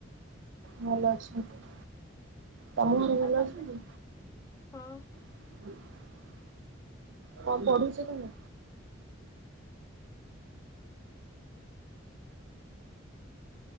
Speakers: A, on the right; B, on the left.
A: ଭଲ ଅଛନ୍ତି ତମ ଘରେ ଭଲ
B: ଆଉ ତମେ
A: ଅଛନ୍ତି?
B: ହଁ।
A: <unintelligible> କଣ ପଢୁଛ ତମେ?